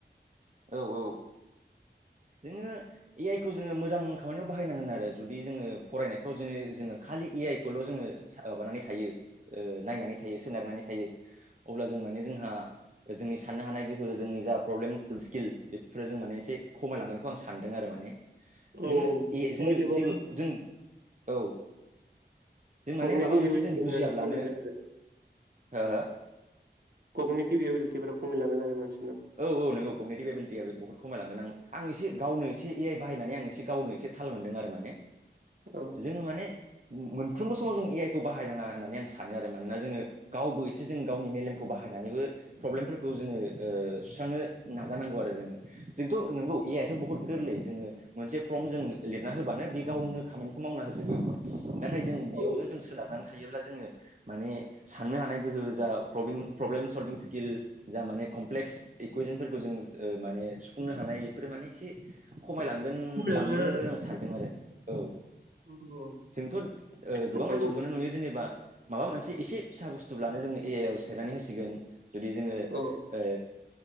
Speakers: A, on the right; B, on the right.
A: औ औ जोङो ए आइ खौ जोङो मोजां खामानियाव बाहायनांगोन आरो। जुदि जोङो फरायनायफ्राव जो जोङो खालि ए आइ खौल' जोङो माबानानै थायो नायनानै सोनारनानै थायो अब्ला जों माने जोंहा जोंनि साननो हानाय गोहो जोंनि जा प्रब्लेम फुल स्किल बेफोरफोरा जों माने एसे खमायलांगोनखौ आं सानदों आरो माने
B: औ
A: नोङो
B: औ
A: ए
B: गाव
A: जोंनो
B: एभारेज
A: जेबो जों औ जों माने
B: कगनेटिभ
A: माबा मोनसे
B: एबिलिटिफोरा
A: जों बुजियाब्लानो
B: खमायलांगोन आरो
A: हो हो?
B: ककनिथिबि एबिलिटिफफोरा खमायलांगोन आरो मान
A: औ औ नोंगौ ककनिटि एबिलिटिआ बेफोरख खमायलांगोन आं आं एसे गावनो एसे ए आइ बाहायनानै आं एसे गावनो एसे थाल मोनदों आरो माने।
B: औ
A: जों माने मोनफ्रोमबो समाव जों ए आइ खौ बाहायनाङा होननानै आं सानो आरो। मानोना जोङो गावबो एसे जों गावनि मेलेमखौ बाहाय बाहायनानैबो प्रब्लेमफोरखौ जोङो सुस्रांनो नाजानांगौ आरो जोङो। जोंथ' नोंगौ ए आथ' बहुत गोरलै जोङो मोनसे फर्म जों लिरना होबानो बे गावनो खामानिखौ मावना होजोबो। नाथाय जों बेयावनो
B: औ
A: जों सोनारनानै थायोब्ला जोङो माने साननो हानाय गोहो जा प्रब्लेम सलभिं स्किल जा माने कमप्लेक्स इकुवेसनफोरखौ जों माने सुफुंनो हानाय बेफोरो माने एसे खमायलांगोन
B: खमायलांगोन
A: लाङो आं सानदों आरो। औ।
B: आरो औ
A: जोंथ' ओ
B: बेखौ
A: गोबां
B: नुखागौ
A: मानसिफोरखौनो नुयो जेनेबा। माबा मोनसे एसे फिसा बुस्थुबब्लानो जोङो ए आइ आव सेरनानै होसिगोन। जुदि जोङो
B: औ
A: ओ